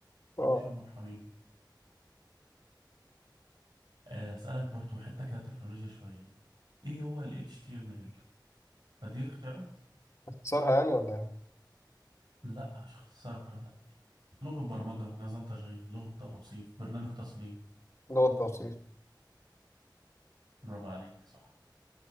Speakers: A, on the right; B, on the left.
A: ما
B: اه
A: عندوش يا مرحبين آه، أسألك برضو حتة كده تكنولوجيا شوية إيه هو ال HTML؟ فدي اختيارات؟
B: اختصارها يعني ولا ايه؟
A: لأ مش اختصارها لغة برمجة نظام تشغيل لغة توصيف برنامج تصميم
B: لغة توصيف
A: برافو عليك صح